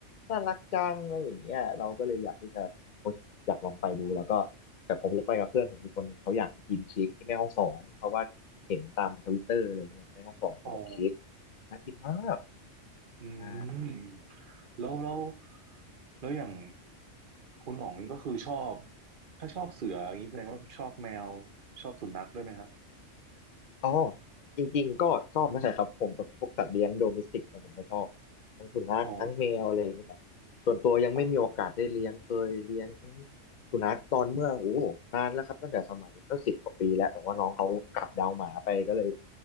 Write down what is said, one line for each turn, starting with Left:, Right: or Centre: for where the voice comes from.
Left: น่ารักจังอะไรอย่างเงี้ยเราก็เลยอยากที่จะโอ๊ยอยากลองไปดูแล้วก็แต่ผมจะไปกับเพื่อนผมอีกคนหนึ่งเขาอยากไปกินเค้กที่แม่ฮ่องสอนเพราะว่าเห็นตามทวิตเตอร์อะไรเงี้ยแม่ฮ่องสอนคือแบบเค้ก
Right: อ๋อ
Left: น่ากินมาก
Right: อื
Left: ใช่
Right: มแล้วแล้วแล้วอย่างคุณหน่องนี่ก็คือชอบถ้าชอบเสืออย่างนี้แสดงว่าชอบแมวชอบสุนัขด้วยไหมครับ
Left: อ๋อจริงๆก็ชอบนะใช่ครับผมแบบพวกสัตว์เลี้ยงโดเมสติกเนี่ยผมก็ชอบทั้งสุนัขทั้งแมวอะไรอย่างเงี้ยแต่
Right: อ๋อ
Left: ส่วนตัวยังไม่มีโอกาสได้เลี้ยงเคยเลี้ยง
Right: อ๋อ
Left: สุนัขตอนเมื่อโอ้โหนานแล้วครับตั้งแต่สมัยก็สิบกว่าปีแล้วแต่ว่าน้องเขากลับดาวหมาไปก็เลย